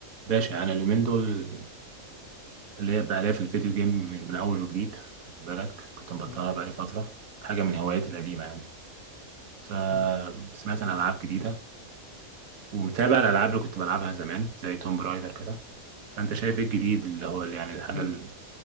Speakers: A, on the right; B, on the left.
A: باشا انا اليومين دول اللي هي بقى ليا في الفيديو جيم من, من اول وجديد خد بالك كنت مبطلها
B: مم.
A: بقالي فتره حاجه من هواياتي القديمه يعني فسمعت
B: اه
A: عن العاب جديده ومتابع الالعاب اللي كنت بلعبها زمان زي توم برايدر كده فانت شايف ايه الجديد اللي هو اللي يعني الحاجه
B: مم.
A: اللي